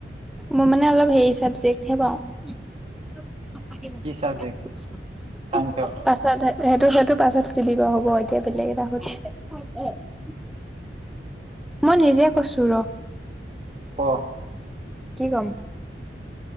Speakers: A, in the centre; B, on the right (about 35°).
A: মোৰ মানে অলপ হেৰি চাবজেক্টহে পাওঁ
B: কি চাবজেক্ট চাইন্সৰ
A: পাছত সেইটো সেইটো পাছত কিনিব হ'ব এতিয়া বেলেগ এটা শুধ <unintelligible> মই নিজে কৈছো ৰ
B: ক
A: কি কম